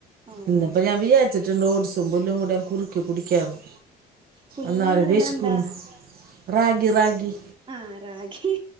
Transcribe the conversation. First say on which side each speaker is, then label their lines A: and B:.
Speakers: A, on the right; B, on the right.
A: ഓ
B: ഇന്നിപ്പം
A: അത് ശരി
B: ഞാൻ വിചാരിച്ചിണ്ട് ഓട്സും പുല്ലും കൂടെയങ്ങ് കുറുക്കി കുടിക്കാന്ന്
A: പുല്ല്ന്ന്
B: എന്നലും
A: പറയണ
B: വെശക്കും
A: എന്താ
B: റാഗി റാഗി
A: ആഹ് റാഗി